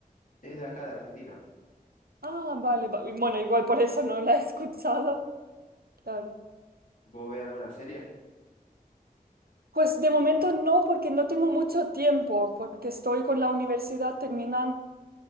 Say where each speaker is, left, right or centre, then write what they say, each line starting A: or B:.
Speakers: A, on the left; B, on the right.
A: es de acá, de Argentina.
B: Ah, vale, va- Bueno, igual por eso no la he <laughs> escuchado. Claro.
A: ¿Vos ves alguna serie?
B: Pues de momento no, porque no tengo mucho tiempo, porque estoy con la universidad terminando,